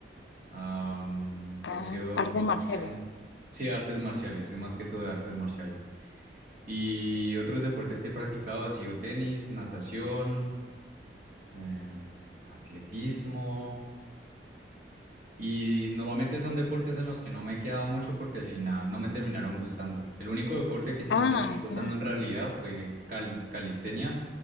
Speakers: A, on the right; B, on the left.
A: Am,
B: Ah,
A: boxeo,
B: artes
A: boxeo,
B: marciales.
A: sí, artes marciales, soy más que todo de artes marciales. Y otros deportes que he practicado, ha sido tenis, natación, em, atletismo. Y normalmente son deportes en los que no me he quedado mucho porque al final no me terminaron gustando. El único deporte que sí
B: Ah,
A: me terminó gustando
B: ya.
A: en realidad fue cal- calistenia,